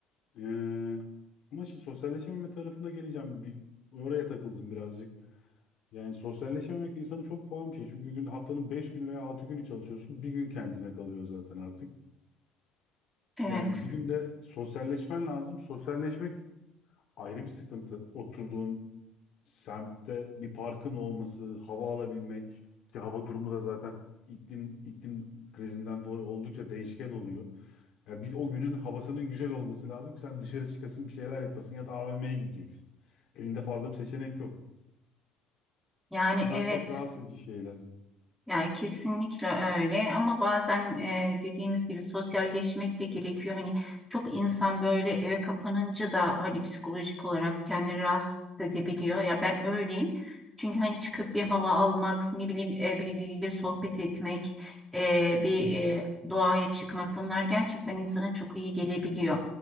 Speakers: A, on the left; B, in the centre.
A: eee ama şimdi sosyalleşememe tarafına geleceğim. Bir, oraya takıldım birazcık. Yani sosyalleşememek insanı çok pahalı bir şey. Çünkü gün, haftanın 5 günü veya 6 günü çalışıyorsun. Bir gün kendine kalıyor zaten artık.
B: evet.
A: Yani bir günde sosyalleşmen lazım. Sosyalleşmek ayrı bir sıkıntı. Oturduğun semtte bir parkın olması, hava alabilmek ki hava durumu da zaten iklim iklim krizinden dolayı oldukça değişken oluyor. Ya bir o günün havasının güzel olması lazım ki sen dışarı çıkasın, bir şeyler yapasın ya da AVM'ye gideceksin. Elinde fazla bir seçenek yok.
B: Yani
A: Bunlar
B: evet.
A: çok rahatsız edici şeyler.
B: Yani kesinlikle öyle ama bazen e, dediğimiz gibi sosyalleşmek de gerekiyor. Hani çok insan böyle eve kapanınca da hani psikolojik olarak kendini rahatsız edebiliyor. Ya ben öyleyim. Çünkü hani çıkıp bir hava almak, ne bileyim e, birileriyle sohbet etmek, e, bir e, doğaya çıkmak bunlar gerçekten insana çok iyi gelebiliyor.